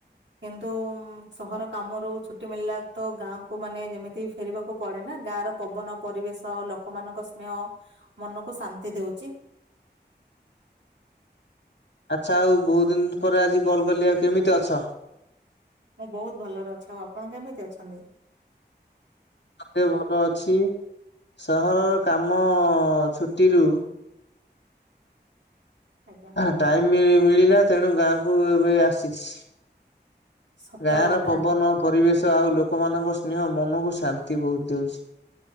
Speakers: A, on the right; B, on the left.
A: କିନ୍ତୁ ସହର କାମରୁ ଛୁଟି ମିଳିଲା ତ ଗାଁ କୁ ମାନେ ଯେମିତି ଫେରିବାକୁ ପଡେ <unintelligible> ଗାଁର ପବନ ପରିବେଶ ଲୋକମାନଙ୍କ ସ୍ନେହ ମନକୁ ଶାନ୍ତି ଦେଉଚି।
B: ଆଚ୍ଛା ଆଉ ବହୁତ ଦିନ ପରେ ଆଜି କଲ୍ କଲି ଆଉ କେମିତି ଅଛ?
A: ମୁଁ ବହୁତ ଭଲରେ ଅଛି ଆଉ ଆପଣ କେମିତି ଅଛନ୍ତି?
B: ମଧ୍ୟ ଭଲ ଅଛି ସହରର କାମ ଛୁଟିରୁ
A: ଆଜ୍ଞା।
B: ଟାଇମ ମିଳିଲା ତେଣୁ ଗାଁକୁ ଏବେ ଆସିଛି।
A: ସତ
B: ଗାଁ
A: କଥା
B: ର ପବନ ପରିବେଶ ଆଉ ଲୋକମାନଙ୍କ ସ୍ନେହ ମନକୁ ଶାନ୍ତି ବହୁତ ଦେଉଛି